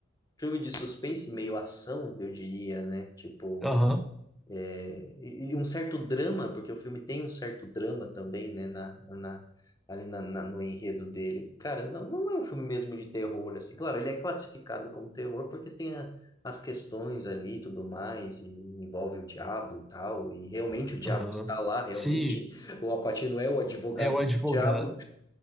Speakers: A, on the left; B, in the centre.
A: Filme de suspense, meio ação, eu diria, né? Tipo,
B: Aham,
A: é, e, e um certo drama, porque o filme tem um certo drama também, né? Na, na, ali na, na- no enredo dele. Cara, não, não é um filme mesmo de terror, assim. Claro, ele é classificado como terror porque tem a- as questões ali e tudo mais, e envolve o diabo e tal, e realmente o diabo
B: aham.
A: está lá, realmente
B: Sim,
A: o Al Pacino é o advogado
B: é o
A: do
B: advogado.
A: diabo.